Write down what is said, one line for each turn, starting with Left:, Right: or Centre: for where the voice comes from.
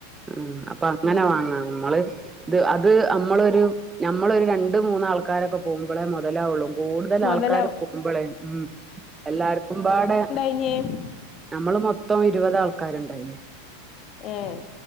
Right: അ അപ്പൊ അങ്ങനെ വാങ്ങാ നമ്മള് ത് അത് അമ്മളൊരു ഞമ്മളൊരു രണ്ട് മൂന്നാൾക്കാരൊക്കെ പോകുമ്പളേ മൊതലാവൊള്ളു കൂട്തലാൾക്കാര്
Left: മൊതലാവും
Right: പോകുമ്പളേ ഉം എല്ലാര്ക്കുംപാടെ
Left: ഇനേം
Right: ഞമ്മൾ മൊത്തം ഇരുപതാൾക്കാര്ണ്ടായ്ന്
Left: ഏഹ്